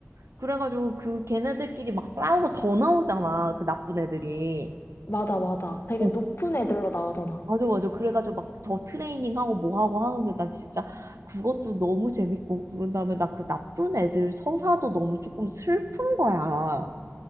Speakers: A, on the right; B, on the left.
A: 그래가지고 그 걔네들끼리 막 싸우고 더 나오잖아. 그 나쁜 애들이.
B: 맞아, 맞아. 되게
A: 어,
B: 높은 애들로 나오잖아.
A: 맞아, 맞아. 그래가지고 막 더 트레이닝하고 뭐 하고 하는데 나 진짜 그것도 너무 재밌고 그런 다음에 나 그 나쁜 애들 서사도 너무 조금 슬픈 거야.